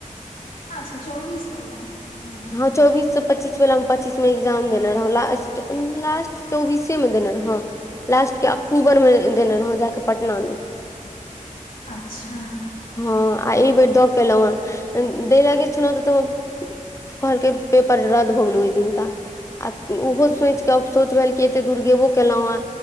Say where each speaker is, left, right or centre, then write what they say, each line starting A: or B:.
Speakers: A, on the left (about 90°); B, on the left (about 20°).
A: अच्छा चौबीस वाला ओ
B: हँ चौबिस पच्चीस वला मे पच्चीस में एग्जाम देने रहौ लास्ट लास्ट चौबीसे मे देने रहौ लास्ट के अक्टूबरमे देने रहौ जााकऽ पटनामे
A: अच्छा
B: हँ आ ई बेेर दऽ केलहुँ हँ द लाग छल तऽ त कहलकै पेपर रद्द भओ गेलौ ओहि दिनका आ ओहो सोचि कऽ अ सोच भेल कि एतेक दूर गेबो केलहुँ हे